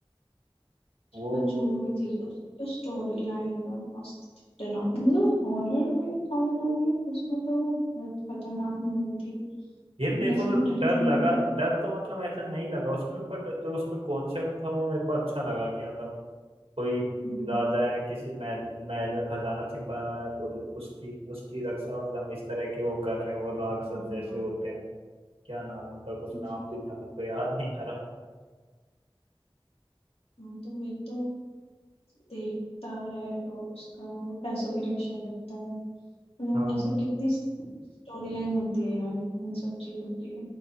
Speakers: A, on the left; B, on the right.
A: अच्छा,
B: वो
A: पर जो भी थी उसकी जो स्टोरी लाइन और मस्त थी डरावनी मतलब हॉरर में काउंट होगी उसमें तो बहुत खतरनाक मूवी थी
B: ये मेरे
A: वैसे
B: को तो
A: मैं डरती
B: डर
A: नहीं
B: लगा
A: हूँ पर
B: डर तो मतलब ऐसा नहीं लगा उसमें बट जो उसका कॉन्सेप्ट था वो मेरे को अच्छा लगा कि मतलब कोई
A: हम्म,
B: राजा है किसी महल महल में खजाना छिपा हुआ है और उसकी उसकी रक्षा मतलब इस तरह के वो कर रहे हैं वो राक्षस
A: हाँ
B: जैसे होते हैं क्या नाम उनका कुछ
A: वही-
B: नाम भी था मेरे को याद नहीं आ रहा
A: हाँ, तो वही तो देवता है वो उसका वो पैसों की रक्षा करता है मतलब
B: हाँ
A: ऐसे कितनी स्टोरी लाइन होती है यार इन सब चीजों की